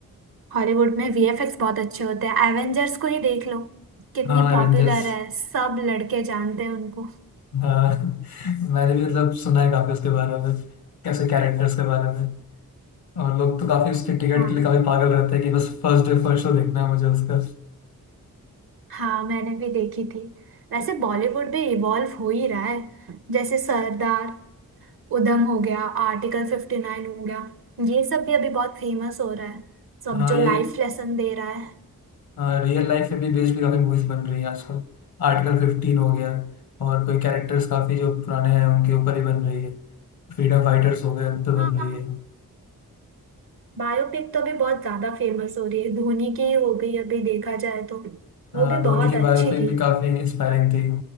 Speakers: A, on the right; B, on the left.
A: हॉलीवुड में वीएफएक्स बहुत अच्छे होते हैं एवेंजर्स को ही देख लो कितनी
B: हाँ एवेंजर्स
A: पॉपुलर है सब लड़के जानते हैं उनको
B: हाँ <laughs> मैंने भी मतलब सुना है काफ़ी उसके बारे में कैसे कैरेक्टर्स के बारे में और लोग तो काफ़ी उसके टिकट
A: हाँ
B: के लिए काफ़ी पागल रहते हैं कि बस फर्स्ट डे फर्स्ट शो देखना है मुझे उसका
A: हाँ मैंने भी देखी थी वैसे बॉलीवुड भी इवॉल्व हो ही रहा है जैसे सरदार उधम हो गया आर्टिकल फिफ्टी नाइन हो गया ये सब भी अभी बहुत फेमस हो रहा है सब
B: हाँ
A: जो लाइफ
B: ये
A: लेसन दे रहा है
B: हाँ रियल लाइफ पे भी बेस्ड भी काफी मूवीज बन रही है आजकल आर्टिकल फिफ्टीन हो गया और कोई कैरेक्टर्स काफी जो पुराने हैं उनके ऊपर ही बन रही है फ्रीडम फाइटर्स हो गए उन पे
A: हाँ
B: बन रही है
A: बायोपिक तो अभी बहुत ज्यादा फेमस हो रही है धोनी की ही हो गई अभी देखा जाए तो
B: हाँ
A: वो भी
B: धोनी
A: बहुत
B: की
A: अच्छी
B: बायोपिक
A: थी
B: भी काफी इंस्पायरिंग थी